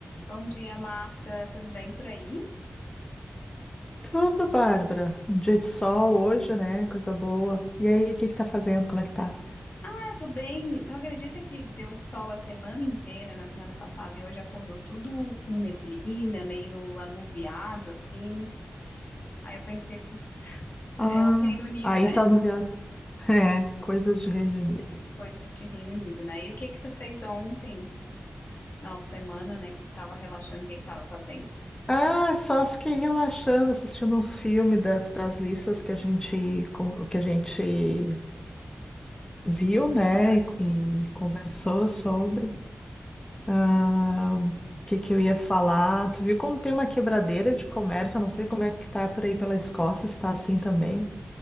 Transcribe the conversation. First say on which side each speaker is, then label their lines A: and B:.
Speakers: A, on the left (about 60°); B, on the left (about 20°).
A: Bom dia, Marta. Tudo bem por aí?
B: Tudo, Bárbara. Um dia de sol hoje, né? Coisa boa. E aí, o que que tá fazendo? Como é que tá?
A: Ah, tô bem. Tu acredita que deu sol a semana inteira na semana passada e hoje acordou tudo com neblina, meio anuviado, assim? Aí eu pensei, putz, <laughs>
B: Ah,
A: é o Reino Unido,
B: aí
A: né?
B: tá no viado. <laughs> É, coisas de Reino Unido.
A: Coisas de Reino Unido, né? E o que que tu fez ontem, final de semana, né? Que tava relaxando, o que que tava fazendo?
B: Ah, só fiquei relaxando, assistindo uns filmes das, das listas que a gente con- que a gente viu, né?
A: É.
B: E, e conversou sobre. Ah, o que que eu ia falar? Tu viu como tem uma quebradeira de comércio? Eu não sei como é que tá por aí pela Escócia, se tá assim também.